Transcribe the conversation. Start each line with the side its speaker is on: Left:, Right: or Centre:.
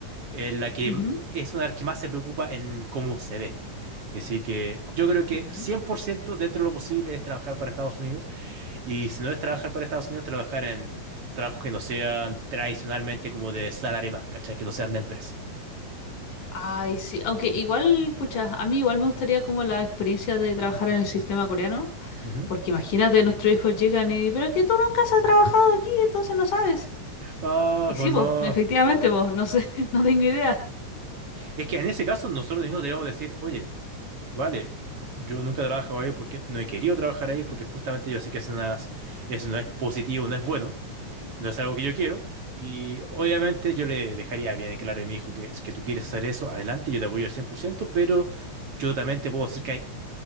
Right: es la que
Left: Ujú,
Right: m-
Left: ujú,
Right: es una de las que más se preocupa en cómo se ve. Así que yo creo que
Left: ujú.
Right: 100% dentro de lo posible es trabajar para Estados Unidos. Y si no es trabajar para Estados Unidos, trabajar en trabajos que no sean tradicionalmente como de salaryman, ¿cachai? Que no sean de empresa.
Left: Ay, sí, aunque igual, pucha, a mí igual me gustaría como la experiencia de trabajar en el sistema coreano,
Right: Ujú.
Left: Porque imagínate, nuestros hijos llegan y, pero que tú nunca has trabajado aquí, entonces no sabes.
Right: Ah,
Left: Y
Right: bueno.
Left: sí, vos, efectivamente, vos, no sé, <laughs> no tengo idea.
Right: Es que en ese caso nosotros mismos deberíamos decir, oye, Vale, yo nunca he trabajado ahí porque no he querido trabajar ahí porque justamente yo sé que eso no es, eso no es positivo, no es bueno, no es algo que yo quiero y obviamente yo le dejaría bien en claro a mi hijo que, es que tú quieres hacer eso, adelante, yo te apoyo al 100% pero yo también te puedo decir que hay